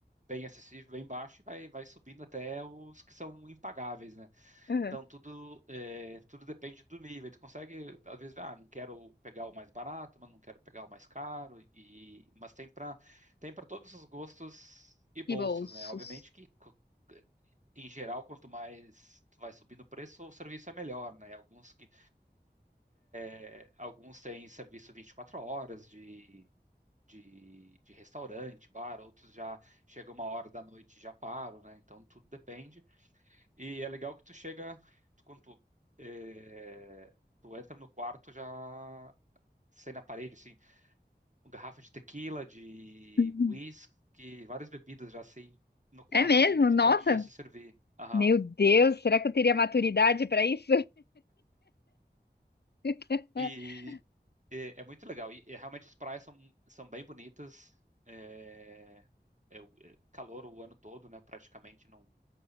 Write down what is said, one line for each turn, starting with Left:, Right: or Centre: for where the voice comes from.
Right: bem acessível, bem baixo, e vai, vai subindo até os que são impagáveis, né?
Left: Uhum.
Right: Então tudo, eh, tudo depende do nível. Tu consegue, às vezes, ah, não quero pegar o mais barato, mas não quero pegar o mais caro, e, mas tem para tem para todos os gostos e bolsos,
Left: E bolsos.
Right: né? Obviamente que co- em geral, quanto mais tu vai subindo o preço, o serviço é melhor, né? Alguns que eh, alguns têm serviço 24 horas de de, de restaurante, bar, outros já chega uma hora da noite e já param, né? Então tudo depende. E é legal que tu chega, tu- quando tu, eh, tu entra no quarto já sai na parede, assim, uma garrafa de tequila, de
Left: Uhum.
Right: whisky, várias bebidas já assim no quarto,
Left: É mesmo?
Right: assim, que tu
Left: Nossa!
Right: pode já se servir. Aham.
Left: Meu Deus, será que eu teria maturidade para isso? <laughs>
Right: E é, é muito legal. E, e realmente as praias são, são bem bonitas. É, é o- é calor o ano todo, né? Praticamente não,